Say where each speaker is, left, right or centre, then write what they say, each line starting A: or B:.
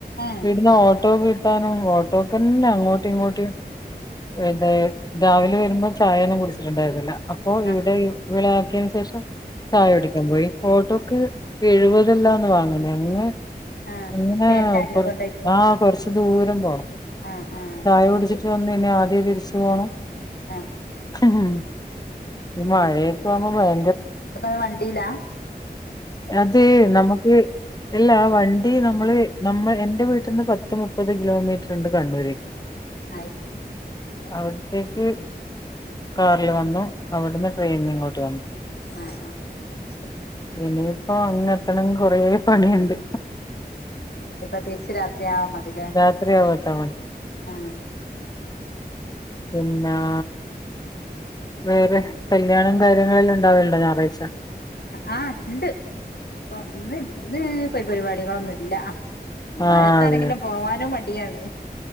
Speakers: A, on the left (about 70°); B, on the left (about 25°).
A: ഏഹ്
B: വീട്ടിന്ന് ഓട്ടോ കിട്ടാനും ഓട്ടോക്കെന്നെ അങ്ങോട്ടും ഇങ്ങോട്ടും പിന്നെ രാവിലെ വരുമ്പോ ചായയന്നും കുടിച്ചിട്ടുണ്ടായിരുന്നില്ല അപ്പോ ഇവിടെ
A: ആഹ്
B: ഇവളെയാക്കിയന് ശേഷം ചായ
A: ആഹ്
B: കുടിക്കാൻ പോയി ഓട്ടോ ക്ക് എഴുപതല്ലാന്ന് വാങ്ങ് അങ്ങ്
A: ആഹ്
B: ഇങ്ങനെ
A: ചേട്ടനെ
B: കൊറ
A: കൊണ്ടോയ്ക്കും
B: ആ കൊറച്ച് ദൂരം പോണം
A: ആഹ് ആഹ്
B: ചായ
A: അത്
B: കുടിച്ചിട്ട്
A: ശരി
B: വന്ന് ഇനി ആദ്യേ തിരിച്ച് പോണം
A: ആഹ്
B: ഉം ഈ മഴയത്തന്ന ഭയ
A: ഇപ്പതന്നെവണ്ടിയിലാ
B: അത് നമക്ക് ഇല്ലാ വണ്ടി ണ്ടി നമ്മള് നമ്മ എന്റെ വീട്ടിൽന്ന് പത്ത് മുപ്പത് കിലോമീറ്റർ ഉണ്ട് കണ്ണൂര്
A: അത്ശരി
B: അവിടത്തേക്ക് കാറിൽ വന്നു അവിടുന്ന് ട്രെയിനിൽ ഇങ്ങോട്ട് വന്നു
A: ആ ആ അത് ശരി
B: ഇനിയിപ്പോ അങ്ങ് എത്തണമെങ്കി കൊറേ പണിയുണ്ട്
A: ഞ്ഞിപ്പൊ തിരിച്ച് രാത്രിയാവാമതി ല്ലേ
B: രാത്രിയാവും എത്താൻ
A: ആ
B: പിന്നാ വേറെ കല്യാണം കാര്യങ്ങളെല്ലാം ഉണ്ടാവലുണ്ടോ ഞായറാഴ്ച
A: ആ ഉണ്ട് ഇപ്പൊ ഇന്ന് ഇന്ന് പ പരിപാടികളൊന്നും ഇല്ല മഴത്താണെങ്കിലും
B: ആഹ് അതെ
A: പോവാനും മടിയാണ്